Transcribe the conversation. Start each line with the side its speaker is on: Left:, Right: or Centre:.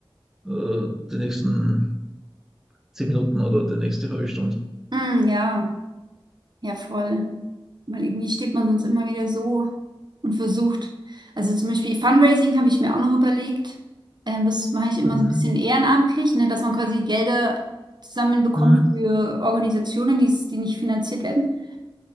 Centre: äh, die nächsten zehn Minuten oder die nächste halbe Stunde.
Right: mm, ja. Ja, voll. Weil irgendwie steht man sonst immer wieder so und versucht. Also zum Beispiel Fundraising habe ich mir auch noch überlegt. Ähm, das mache ich immer
Centre: Mhm.
Right: so ein bisschen ehrenamtlich, ne, dass man quasi Gelder zusammenbekommt
Centre: Mhm.
Right: für Organisationen, die, die nicht finanziert werden.